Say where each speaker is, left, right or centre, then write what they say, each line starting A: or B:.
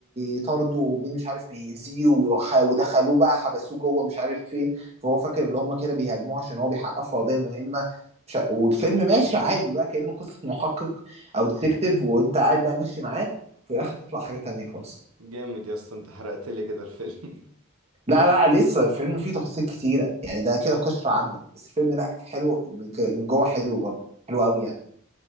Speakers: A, on the right (about 30°); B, on the right (about 75°).
A: يطارده ومين مش عارف بيأذيه وخ- ودخلوه بقى حبسوه جوه مش عارف فين فهو فاكر اللي هم كده بيهاجموه عشان هو بيحقق في قضيه مهمه مش ع- والفيلم ماشي عادي بقى كأنه قصه محقق او ديتكتيف وانت قاعد بقى ماشي معاه وفي الاخر تطلع حاجه تانية خالص
B: جامد يا اسطى انت حرقت لي كده الفيلم
A: لا لا لسه الفيلم فيه تفاصيل كتيره يعني ده كده قشره عامه بس الفيلم لا حلو من ك- من جوه حلو برضه حلو قوي يعني